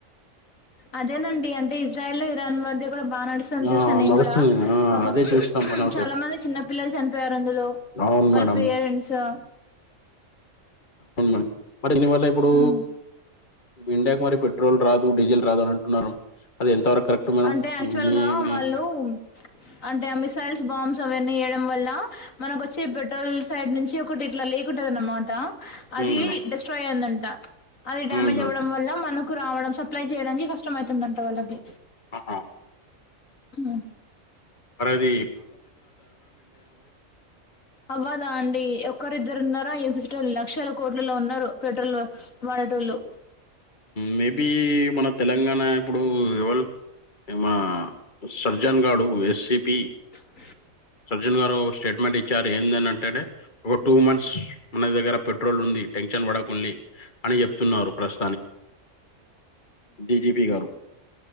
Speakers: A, on the left (about 75°); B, on the left (about 35°).
A: అదేనండి అంటే ఇజ్రాయల్ లో ఇరాన్ మధ్య కూడా బాగా నడుస్తాంది
B: ఆ
A: చూసినా నేను
B: నడుస్తుంది
A: కూడా
B: ఆ
A: పాప
B: అదే చూస్తాం కొంచెం
A: చాలా
B: సేపు
A: మంది చిన్న పిల్లలు చనిపోయారు అందులో
B: అవును
A: వాళ్ళ
B: మేడం
A: పేరెంట్సు
B: అవును మేడం మరి దీనివల్ల ఇప్పుడు
A: హ్మ్
B: ఇండియాకు మరి పెట్రోల్ రాదు డీజిల్ రాదు అని అంటున్నారు అది ఎంతవరకు కరెక్ట్ మేడం
A: అంటే యాక్చువల్
B: మీ
A: గా
B: మీ
A: వాళ్ళు అంటే మిసైల్స్ బాంస్ అవన్నీ వల్ల మనకు వచ్చే పెట్రోల్ సైడ్ నుంచి ఒకటి ఇట్లా లేకుంటద అనమాట అది
B: ఉమ్ మేడం
A: డెస్ట్రాయ్ అయిందంట అది డ్యామేజ్
B: ఉమ్ మేడం
A: అవ్వడం వల మనకు రావడం సప్లై చేయడానికి కష్టం అయితుందంట వాళ్ళకి
B: ఆహా
A: మ్
B: మరది
A: అవ్వదా అండి ఒకరిద్దరు ఉన్నారు <unintelligible> లక్షల కోట్లలో ఉన్నారు పెట్రోల్ వాడేటోలూ
B: మేబీ మన తెలంగాణ ఇప్పుడు ఎవళ ఏమ సర్జన్ గాడు ఎస్సిపి
A: అ
B: ర్జున్ గారు ఒక స్టేట్మెంట్ ఇచ్చారు ఏందనంటే ఒక టూ మంత్స్ మన దగ్గర పెట్రోల్ ఉంది టెన్షన్ వడకండి అని చెప్తున్నారు ప్రశ డీజీపీ గారు